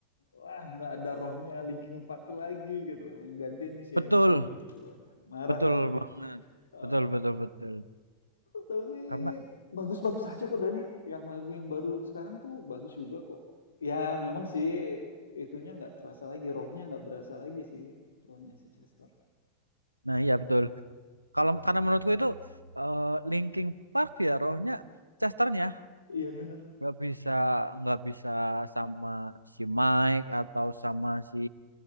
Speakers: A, on the left; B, on the right.
A: wah nggak ada rohnya Linkin Park tuh lagi gitu loh, yang gantiin si
B: Betul,
A: Emily dia bilang gitu. Marah
B: betul
A: dia.
B: banget.
A: Ah,
B: Betul, betul, betul.
A: tapi
B: Karena
A: bagus-bagus aja kok Dani. Yang lagu yang baru sekarang tuh bagus juga kok. Ya memang sih itunya nggak terasa lagi, rohnya nggak berasa lagi sih, rohnya si Chester.
B: nah iya betul. Kalau karena menurutku itu eh, Linkin Park ya rohnya Chesternya
A: Iya bener.
B: nggak bisa nggak bisa sama si Mike atau sama si